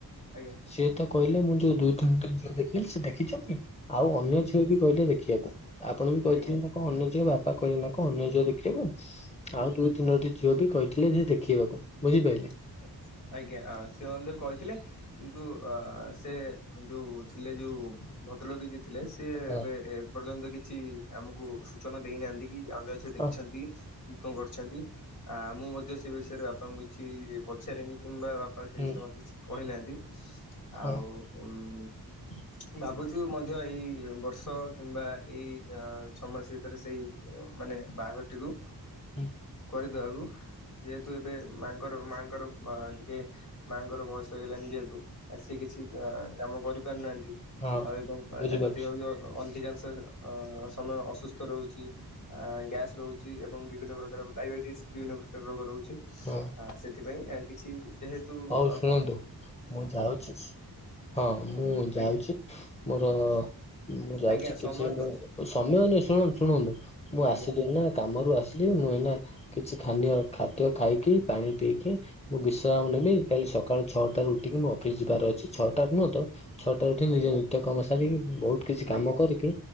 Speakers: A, on the left; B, on the left.
A: ଆଜ୍ଞା
B: ସିଏ ତ କହିଲେ ମୁଁ ଯୋଉ ଦୁଇ ତିନିଟି ଝିଅ ଦେ ଖିଲି ସିଏ ଦେଖିଛନ୍ତି ଆଉ ଅନ୍ୟ
A: ହୁଁ
B: ଝିଅ ବି କହିଲେ ଦେଖିବାକୁ ଆପଣ ବି କହିଥିଲେ
A: ଆଜ୍ଞା
B: ନା କଣ ଅନ୍ୟ ଝିଅ ବାପ ପା କରିଲାଙ୍କୁ ଅନ୍ୟ ଝିଅ ଦେଖିବାକୁ
A: ହୁଁ
B: ଆଉ ଦୁଇ ତିନୋଟି ଝିଅ ବି କହିଥିଲେ ଯେ ଦେଖିଇବାକୁ। ବୁଝିପାଇଲେ।
A: <inaudible> ଆଜ୍ଞା ସେ ହଁ ମଧ୍ୟ କହିଥିଲେ କିନ୍ତୁ ଅଁ ସେ ଯୋଉ ଥିଲେ ଯୋଉ ଭଦ୍ରଲୋକି ଯିଏ ଥିଲେ ସିଏ
B: ହଁ
A: ଏବେ ଏପର୍ଯ୍ୟନ୍ତ କିଛି ଆମକୁ ସୂଚନା ଦେଇନାହାନ୍ତି। କି ଅନ୍ୟ ଝିଅ ଦେଖିଛନ୍ତି
B: ହଁ
A: କି କଁ କରଛନ୍ତି ଆଁ ମୁଁ ମଧ୍ୟ ସେ ବିଷୟରେ ବାପାଙ୍କୁ କିଛି ପଚାରିନି କିମ୍ବା ବାପା ସେଇ
B: ହୁଁ
A: ବିଷୟରେ ମତେ କିଛି କହିନାହାନ୍ତି
B: ହଁ
A: ଆଉ ଉଁ
B: <inaudible>
A: ଭାବୁଛୁ ମଧ୍ୟ ଏଇ ବର୍ଷ କିମ୍ବା ଏଇ ଅଁ ଛଅ ମାସ ଭିତରେ ସେଇ ଉଁ ମାନେ ବାହାଘରଟିକୁ
B: ହୁଁ
A: କରିଦବାକୁ ଯେହେତୁ ଏବେ ମାଆଙ୍କର ମାଆଙ୍କ ଙ୍କର ମ ଟିକେ ମାଆଙ୍କର ବୟସ ହେଇଗଲାଣି ଯେହେତୁ ଆ ସିଏ କିଛି କାମ ଆଁ କରିପାରୁନାହାନ୍ତି
B: ହଁ
A: ଆଉ ଏବଂ
B: ବୁଝିପାରୁଛି
A: ତାଙ୍କ ଦେହ ବି ଅ ଅ ଅଧିକାଂ ଶ ଅଁ ସମୟ ଅସୁସ୍ଥ ରୋହୁଚି ଆଁ ଗ୍ୟାସ୍ ରୋହୁଚି ଏବଂ ବିଭିନ୍ନ ପ୍ରକାର ଡାଇବେଟିସ୍ ବିଭିନ୍ନ ପ୍ରକାର ରୋଗ ରହୁଛି,
B: ହଁ।
A: ଆ ସେଥିପାଇଁ ଆ କିଛି ଯେହେତୁ
B: ହଉ
A: ଅ
B: ଶୁଣନ୍ତୁ ମୁଁ ଯାଉଛି। ହଁ, ମୁଁ ଯାଉଛି
A: ଆଜ୍ଞା
B: ମୋର ଅ ମୁଁ ଯାଉଛି।
A: ଆଜ୍ଞା ସମୟ
B: କିଛି ମୁଁ
A: ତ
B: ସମୟ ନୁହେଁ ଶୁଣନ୍ତୁ, ଶୁଣନ୍ତୁ, ମୁଁ
A: ଆଜ୍ଞା
B: ଆସିଥିଲି ନା କାମରୁ ଆସଲି। ମୁଁ ଏଇନା କିଛି ଖାନୀୟ ଖାଦ୍ୟ ଖାଇକି ପାଣି ପିଇକି, ମୁଁ ବିଶ୍ରାମ ନେବି। ସକାଳୁ ଛଅଟାରୁ ଉଠିକି ମୁଁ ଅଫିସ୍ ଯିବାର ଅଛି, ଛଅଟା ରୁ ନୁହଁ ତ! ଛଅଟାରୁ ଉଠି
A: ଆଜ୍ଞା
B: ନିଜ ନିତ୍ୟ କାମ ସାରିକି ବହୁତ୍ କିଛି
A: ଆଜ୍ଞା
B: କାମ
A: ଆଜ୍ଞା
B: କରିକି,